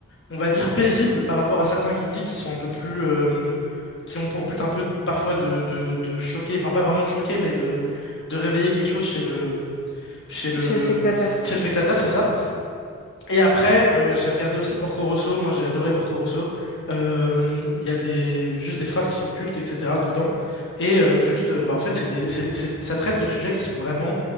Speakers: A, on the left (about 55°); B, on the left (about 40°).
A: on va dire, paisible par rapport à certains Ghibli qui sont un peu plus. euh, qui ont pour but un peu parfois de, de- de choquer, enfin pas vraiment de choquer, mais de, de réveiller quelque chose chez le, chez le,
B: Je suis le spectateur.
A: chez le spectateur, c'est ça. Et après, euh, j'ai regardé aussi Porco Rosso, moi j'ai adoré Porco Rosso. Euh, Il y a des, juste des phrases qui sont cultes, etc. dedans. Et euh, juste, euh, bah, en fait, c'est des, c'est- c'est- ça traite de sujets qui sont vraiment,